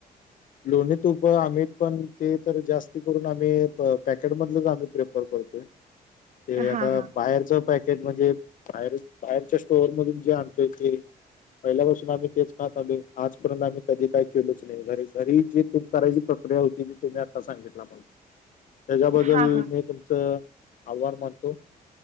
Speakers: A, on the left (about 55°); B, on the right (about 45°).
A: लोणी तुप आम्ही पण ते तर, जास्ती करून आम्ही पॅकेटमधलंच आम्ही प्रेफर करतोय.
B: <inaudible>
A: ते आता
B: हा हा
A: बाहेरच पॅकेट म्हणजे, बाहेर बाहेरच्या स्टोअर मधून जे आणतोय ते. पहिल्यापासून आम्ही तेच खातं आलोय. आजपर्यंत आम्ही कधी काय, केलोच नाही घरीच. घरी जी तुप करायची प्रक्रिया होती. ती तुम्ही आता सांगितला मला त्यांच्याबद्दल
B: हा
A: मी. तुमचं आभार मानतो.